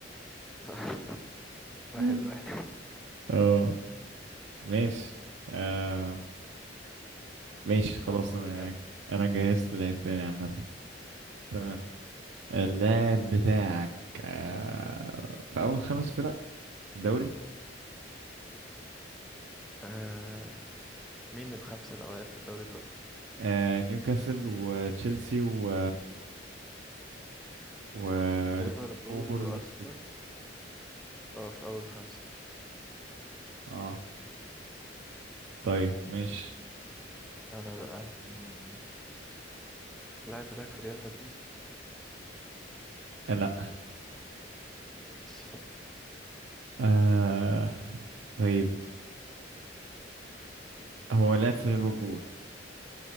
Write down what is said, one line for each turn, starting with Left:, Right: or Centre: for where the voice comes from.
Centre: صح <laughs> واحد
Right: <laughs>
Centre: واحد
Right: اه ماشي آه ماشي
Centre: خد
Right: خلاص
Centre: الفرق
Right: انا انا جهزت لعيب تاني عامة تمام
Centre: تمام
Right: اللاعب بتاعك آه في اول خمس فرق في الدوري
Centre: آه مين الخمسة الأوائل في الدوري دلوقتي؟
Right: آه نيوكاسل وتشيلسي و وليفربول
Centre: ليفربول وأرسنال
Right: والسيتي
Centre: اه في أول خمسة
Right: اه طيب ماشي
Centre: أنا بقى مم، اللاعب بتاعك في ريال مدريد
Right: آه، لا
Centre: ماشي
Right: آه. طيب هو لعب في ليفربول